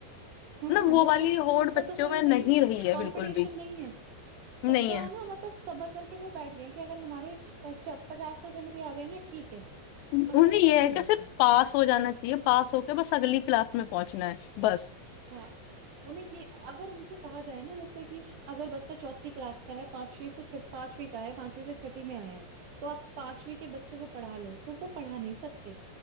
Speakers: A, on the right; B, on the left.
A: ہاں
B: مطلب وہ
A: بچوں
B: والی
A: میں
B: ہوڑ
A: اس چیز کا
B: بچوں
A: تو کوئیی
B: میں نہیں رہی ہے
A: کمپٹیشن
B: بالکل بھی
A: نہیں ہے بچہ
B: نہیں ہے
A: نا مطلب صبر کا کے وہ بیٹھ گئے کہ اگر ہمارے پچاس پرسینٹ بھی آ گئے نا ٹھیک ہے
B: انہیں
A: ہمیں کوئی فرق
B: یہ ہے
A: نہیں
B: کہ
A: پڑتا
B: صرف پاس ہو جانا چاہیے پاس ہو کے بس اگلی کلاس میں پہنچنا ہے بس
A: ہاں انہیں یہ اگر ان سے کہا جائے نا جیسے کہ اگر بچہ چوتھی کلاس کا ہے پانچویں سے پانچویں کا ہے پانچویں سے چھٹٹی میں آیا ہے تو آپ پانچویں کے بچے کو پڑھا لو تو وہ پڑا نہیں سکتے